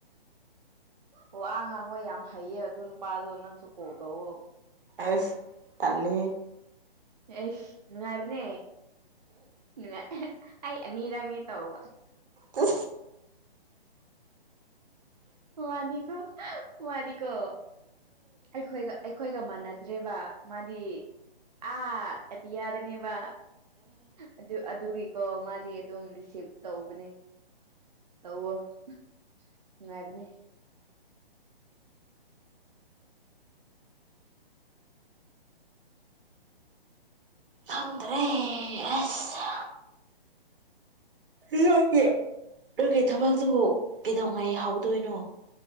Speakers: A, on the right; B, on the right.
A: ꯑꯣ ꯑ ꯉꯥꯡꯕ ꯌꯥꯝ ꯍꯩꯌꯦ ꯑꯗꯨ ꯅꯨꯄꯥꯁꯨ ꯅꯪꯁꯨ ꯀꯣ ꯇꯧꯋ
B: ꯑꯁ ꯇꯂ
A: ꯑꯦ ꯅꯨꯡꯉꯥꯏꯕꯅꯦ ꯅꯨꯡꯉꯥꯏ ꯑꯅꯤꯔꯒꯅꯤ ꯇꯎ
B: ꯑ
A: ꯃꯥꯗꯤꯀꯣ ꯃꯥꯗꯤꯀꯣ ꯑꯩꯈꯣꯏꯒ ꯑꯩꯈꯣꯏꯒ ꯃꯥꯟꯅꯗ꯭ꯔꯦꯕ ꯃꯥ ꯗꯤ ꯑꯥꯗꯤ ꯌꯥꯗꯅꯦꯕ ꯑꯗꯨ ꯑꯗꯨꯒꯤꯀꯣ ꯃꯥꯗꯤ ꯑꯗꯨꯝ ꯔꯤꯁꯤꯚ ꯇꯧꯕꯅꯤ ꯇ ꯉꯅꯨꯡꯥꯏꯕꯅꯤ
B: ꯈꯪꯗ꯭ꯔꯦ ꯑꯁ <unintelligible> ꯂꯀꯦ ꯊꯕꯇꯨꯕꯨ ꯀꯩꯗꯧꯉꯩ ꯍꯧꯥꯎꯗꯣꯏꯅꯣ